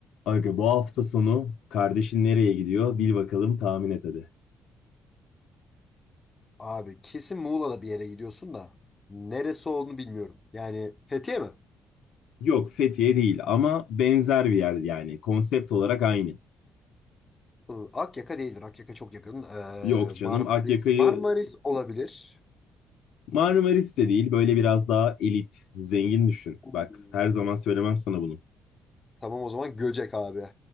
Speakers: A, on the left; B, on the left.
A: Aga bu hafta sonu kardeşin nereye gidiyor? Bil bakalım tahmin et hadi.
B: Abi kesin Muğla'da bir yere gidiyorsun da neresi olduğunu bilmiyorum. Yani Fethiye mi?
A: Yok Fethiye değil ama benzer bir yer yani. Konsept olarak aynı.
B: Hı, Akyaka değildir. Akyaka çok yakın. Ee,
A: Yok canım
B: Marmaris.
A: Akyaka'yı
B: Marmaris olabilir.
A: Marmaris de değil. Böyle biraz daha elit, zengin düşün.
B: Hmm.
A: Bak her zaman söylemem sana bunu.
B: Tamam o zaman Göcek abi.